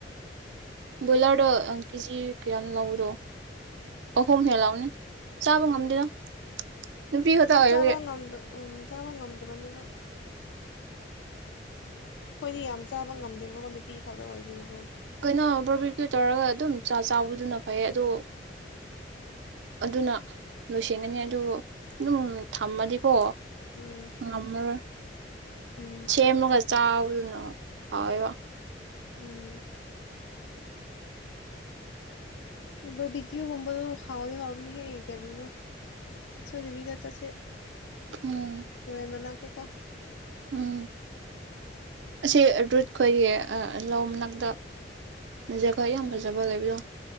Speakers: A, on the right (about 75°); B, on the left (about 75°).
A: ꯕꯣꯏꯂꯔꯗꯣ ꯀꯦꯖꯤ ꯀꯌꯥ ꯂꯎꯗꯣ ꯑꯍꯨꯝ ꯍꯦꯛ ꯂꯥꯎꯅꯤ ꯆꯥꯕ
B: ꯎꯝ
A: ꯉꯝꯗꯦꯗꯣ ꯅꯨꯄꯤ ꯈꯛꯇ
B: ꯍꯣꯏ
A: ꯑꯣꯏꯔꯒꯦ
B: ꯆꯥꯕ ꯉꯝꯗ ꯎꯝ ꯆꯥꯕ ꯉꯝꯗꯕꯅꯦꯕꯣ ꯍꯣꯏꯗꯤ ꯌꯥꯝ ꯆꯥꯕ ꯉꯝꯗꯦꯕꯀꯣ ꯅꯨꯄꯤ ꯈꯛꯇ ꯑꯣꯏꯕꯤꯒꯤꯀꯣ
A: ꯑꯩꯈꯣꯏꯩꯅꯣ ꯕꯔꯕꯤꯔꯀ ꯇꯧꯔꯒ ꯑꯗꯨꯝ ꯆꯥꯛ ꯆꯥꯕꯗꯨꯅ ꯐꯩ ꯑꯗꯣ ꯑꯗꯨꯅ ꯂꯣꯏꯁꯟꯒꯅꯤ ꯑꯗꯨ ꯑꯗꯨꯝ ꯊꯝꯃꯗꯤꯀꯣ
B: ꯎꯝ
A: ꯃꯣꯏ
B: ꯎꯝ
A: ꯁꯦꯝꯃꯒ ꯆꯥꯕꯗꯨꯅ ꯍꯥꯎꯋꯦꯕ
B: ꯎꯝ ꯕꯔꯕꯤꯀꯤꯒꯨꯝꯕꯗꯣ ꯍꯥꯎꯗꯤꯦ ꯍꯥꯎꯕꯅ ꯍꯦ ꯀꯔꯤꯅꯣ ꯁꯣꯏꯗꯕꯤꯗ ꯆꯠꯁꯦ
A: ꯎꯝ
B: ꯇꯧꯔꯦ ꯃꯅꯥ ꯋꯥ
A: ꯎꯝ ꯑꯁꯤ ꯔꯨꯠꯈꯣꯏꯒꯤ ꯂ ꯃꯅꯥꯛꯇ ꯖꯈ ꯌꯥꯝ
B: ꯎꯝ
A: ꯐꯖꯕ ꯂꯩꯕꯗꯣ